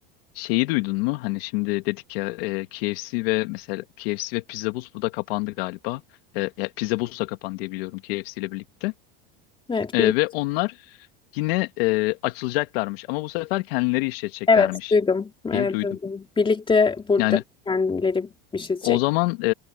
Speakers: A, on the left (about 75°); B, on the left (about 15°).
A: Şeyi duydun mu? Hani şimdi dedik ya e, KFC ve mesela KFC ve Pizza Bus burada kapandı galiba. E, ya Pizza Bus da kapandı diye biliyorum KFC ile birlikte.
B: Evet,
A: E,
B: bil-
A: ve onlar yine e, açılacaklarmış ama bu sefer kendileri işleteceklermiş
B: evet duydum. Evet
A: diye duydum.
B: duydum. Birlikte burada
A: Yani
B: kendileri bir şey çek.
A: o zaman e,